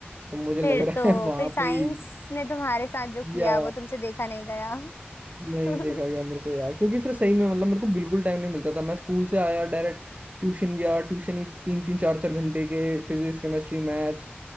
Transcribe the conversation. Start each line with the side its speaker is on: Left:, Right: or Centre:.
Right: तो मुझे
Left: फिर
Right: लग रहा
Left: तो
Right: है वहां
Left: फिर साइंस
Right: पे ही
Left: ने तुम्हारे साथ जो किया
Right: या
Left: वो तुमसे देखा नहीं गया
Right: नहीं
Left: <laughs>
Right: देखा गया मेरे से यार क्योंकि फिर सही में मतलब मेरे को बिल्कुल टाइम नहीं मिलता था मैं स्कूल से आया डायरेक्ट ट्यूशन गया ट्यूशन ही तीन तीन चार चार घंटे के फिजिक्स केमिस्ट्री मैथ्स